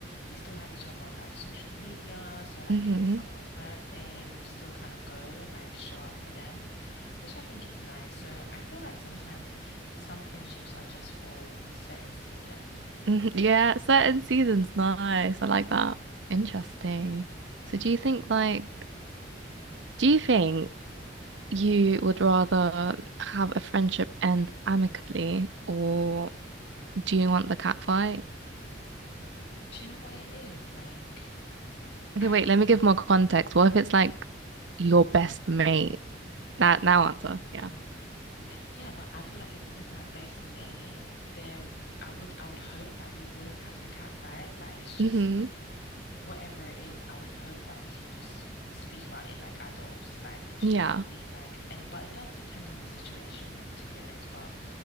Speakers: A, on the left; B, on the right.
A: we still have each other on like social media. So like
B: Mm-hmm.
A: if it's someone's birthday, we'll still kind of go and like show up for them, which I think is nice. So I feel like sometimes some friendships are just for certain seasons.
B: hmm Yeah, certain seasons. Nice. I like that.
A: <laughs>
B: Interesting.
A: No,
B: So do you think
A: definitely.
B: like do you think you would rather have a friendship end amicably or do you want the cat fight?
A: Do you know what it is? Like,
B: Okay,
A: I
B: wait,
A: feel
B: let me
A: like,
B: give more context. What if it's like your best mate? That now answer. Yeah.
A: yeah, but I feel like if it was my best mate, there, I would, I would hope that we wouldn't have to catfight. Like, it's just
B: Mm-hmm.
A: whatever it is, I would hope that we can just speak about it like adults. Like, do
B: Yeah.
A: you get what I mean? Like, and but it does depend on the situation, to be honest. But